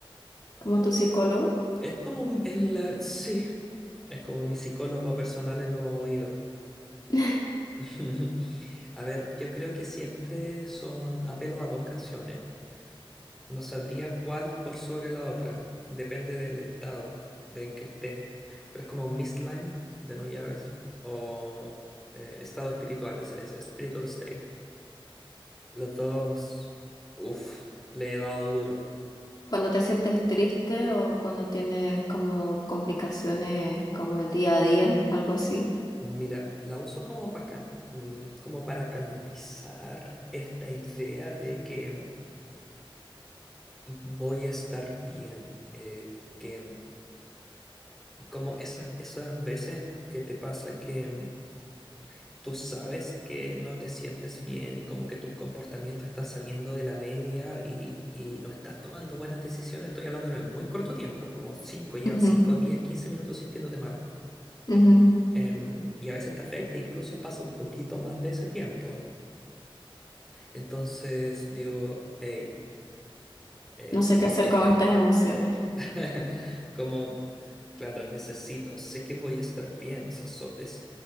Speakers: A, on the left; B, in the centre.
A: Como tu psicólogo.
B: Es como, un- es la- sí, es como mi psicólogo personal en los oídos.
A: <laughs>
B: <laughs> A ver, yo creo que siempre son apelo a dos canciones. No sabría cuál por sobre la otra. Depende del estado de en que esté. Pero es como Mistline de No Llaves o eh, Estado Espiritual, es, es Spiritual State. Las dos, uff, le he dado duro.
A: Cuando te sientes triste o cuando tienes como complicaciones como el día a día, algo así.
B: Mira, la uso como para como para canalizar esta idea de que voy a estar bien, eh, que Como esas, esas veces que te pasa que mm, tú sabes que no te sientes bien y como que tus comportamientos están saliendo de la media y, y no estás tomando buenas decisiones, estoy hablando en el muy corto tiempo, como 5 llevas
A: Ujú,
B: 5 10, 15 minutos sintiéndote mal.
A: ujú.
B: Em, y a veces te afecta, incluso pasa un poquito más de ese tiempo. Entonces digo, hey, eh,
A: No sé qué hacer con estas emociones.
B: <laughs> Como, claro, necesito, sé que voy a estar bien, o sea, so- es,